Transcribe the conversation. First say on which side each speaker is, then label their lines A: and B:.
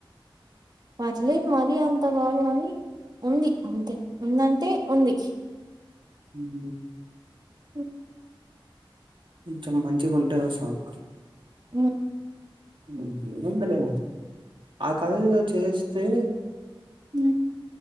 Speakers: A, on the right (about 45°); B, on the right (about 65°).
A: పర్లే మరీ అంత గాదు గానీ ఉంది అంతే ఉందంటే ఉంది
B: ఉమ్
A: <inaudible>
B: కొంచెం మంచిగా ఉంటేసాల్
A: ఆ
B: ఉమ్ ఏముందిలే ఆ కథలో చేస్తే
A: మ్